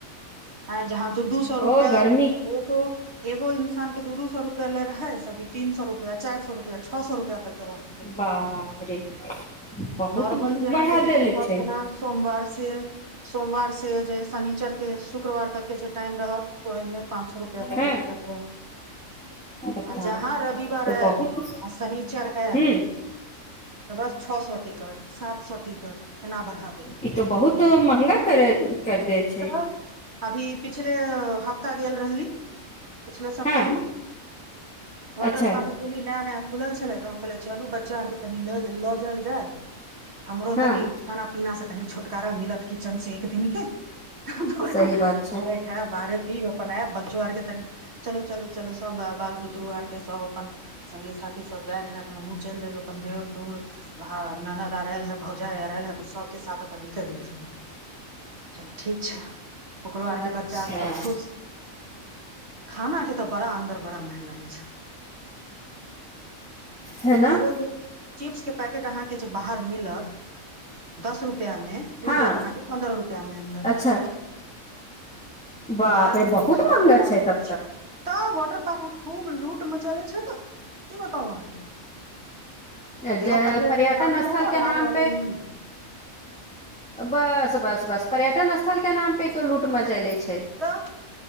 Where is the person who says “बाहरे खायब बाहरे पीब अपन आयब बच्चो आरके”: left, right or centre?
Right